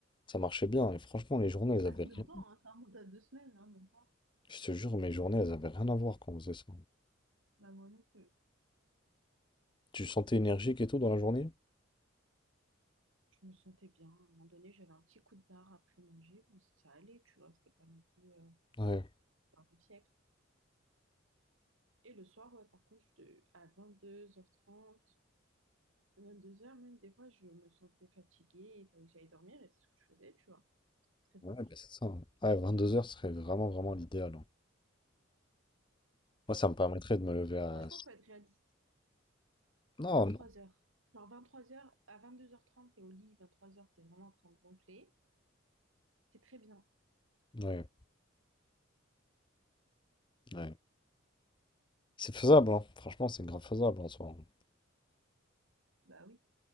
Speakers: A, on the left; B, on the right.
A: Ça marchait bien. Et franchement, les journées,
B: Ça
A: elles
B: fait Pas
A: avaient
B: si
A: rien.
B: longtemps, hein, ça remonte à deux semaines, hein, même pas.
A: Je te jure, mes journées, elles avaient rien à voir quand on faisait ça.
B: Bah moi non plus.
A: Tu sentais énergique et tout dans la journée?
B: Je me sentais bien. À un moment donné, j'avais un petit coup de barre après manger, mais ça allait, tu vois, c'était pas non plus euh,
A: Ouais.
B: un siècle. Et le soir, ouais, par contre, je te- à vingt-deux heures trente vingt-deux heures même, des fois, je me sentais fatiguée, il fallait que j'aille dormir et c'est ce que je faisais, tu vois. Très bien.
A: Ouais, bah, c'est ça. hein. Ouais, deux heures serait vraiment, vraiment l'idéal. hein. Moi, ça me permettrait de me lever à.
B: Franchement, faut être réaliste.
A: Non,
B: vingt-trois
A: non.
B: heures Genre vingt-trois heures à vingt-deux heures trente t'es au lit, vingt-trois heures t'es vraiment en train de ronfler. C'est très bien.
A: Ouais, ouais. C'est faisable, hein. Franchement, c'est grave faisable en soi. hein.
B: Bah oui,